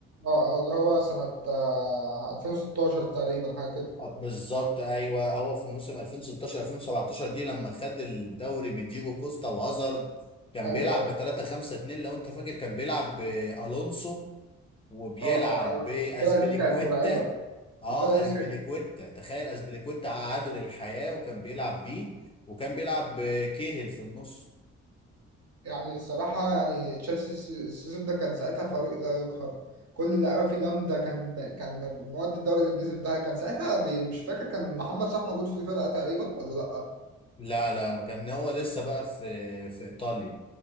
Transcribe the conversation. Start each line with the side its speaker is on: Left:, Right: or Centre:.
Right: اه آه، اللي هو سنه آه، 2016 تقريبا حاجه كده
Left: آه، بالظبط ايوه هو في موسم 2016 2017 دي لما خد الدوري بديجو كوستا وهازارد كان
Right: ايوه
Left: بيلعب
Right: ايوه
Left: ب 3 5 2 لو انت فاكر كان بيلعب بالونسو وبيلعب
Right: اه اه ايوه
Left: باسبليكويتا
Right: الفرقه دي كانت مرعبه
Left: اه
Right: الفرقه دي
Left: اسبليكويتا
Right: كانت
Left: تخيل اسبليكويتا قعده للحياة وكان بيلعب بيه وكان بيلعب كيهل في النص
Right: يعني الصراحه يعني تشيلسي الس- السيزون ده كان ساعتها فريق لا يقهر كل اللعيبه فيه جامده كان ب- كان مواد الدوري الانجليزي في ده كان ساعتها بي- مش فاكر كان محمد صلاح موجود في الفرقه تقريبا ولا لا
Left: لا لا كان هو لسه بقى في في ايطاليا